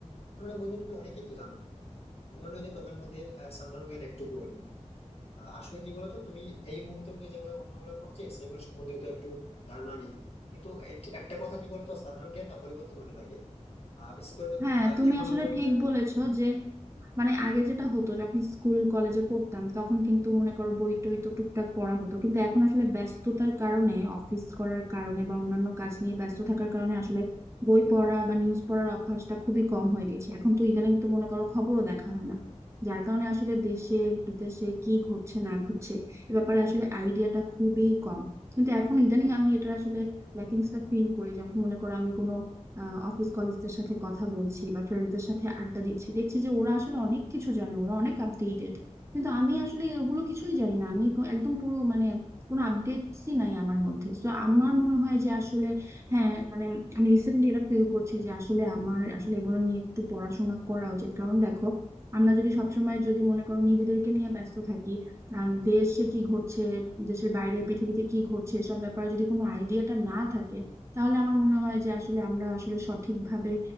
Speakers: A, on the left; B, on the right.
A: মানে বন্ধু তুমি অনেকেই তো জানো এমন নয় যে তোমার মধ্যে আহ, সাধারণ জ্ঞান একটুকুও নেই আহ, আসলে কি বলতো তুমি এই মুহূর্তে তো যেগুলো ঘটনাগুলো ঘটছে সেগুলো সম্বন্ধে তো একটু ধারণা নেই কিন্তু এই যে একটা কথা কি বলতো সাধারণ জ্ঞান না পরিবর্তন হতে থাকে আহ বিশেষ করে দেখো
B: হ্যাঁ
A: আহ,
B: তুমি
A: এখন
B: আসলে
A: তো আমরা
B: ঠিক বলেছো
A: হ্যাঁ
B: যে মানে আগে যেটা হতো যখন স্কুল কলেজে পড়তাম তখন কিন্তু মনে করো বই টই তো টুকটাক পড়া হতো কিন্তু এখন আসলে ব্যস্ততার কারণে অফিস করার কারণে বা অন্যান্য কাজ নিয়ে ব্যস্ত থাকার কারণে আসলে বই পড়া বা নিউজ পড়ার অভ্যাসটা খুবই কম হয়ে গেছে এখন তো ইদানিং তো মনে করো খবরও দেখা হয় না যার কারণে আসলে দেশে বিদেশে কি ঘটছে না ঘটছে এ ব্যাপারে আসলে আইডিয়াটা খুবই কম কিন্তু এখন ইদানিং আমি এটা আসলে ল্যাকিংসটা ফিল করি যখন মনে করো আমি কোনো অফিস কলিগদের সাথে কথা বলছি বা ফ্রেন্ডসদের সাথে আড্ডা দিচ্ছি দেখছি যে ওরা আসলে অনেক কিছু জানে ওরা অনেক আপডেটেড কিন্তু আমি আসলে ওগুলো কিছুই জানি না আমি তো একদম পুরো মানে কোনো আপডেটসই নাই আমার মধ্যে তো আমার মনে হয় যে আসলে হ্যাঁ মানে আমি রিসেন্টলি এটা ফিল করছি যে আসলে আমার আসলে এগুলো নিয়ে একটু পড়াশোনা করা উচিত কারণ দেখো আমরা যদি সবসময় যদি মনে করো নিজেদেরকে নিয়ে ব্যস্ত থাকি আর দেশে কি ঘটছে দেশের বাইরে পৃথিবীতে কি ঘটছে এসব ব্যাপারে যদি কোনো আইডিয়াটা না থাকে তাহলে আমার মনে হয় যে আসলে আমরা আসলে সঠিকভাবে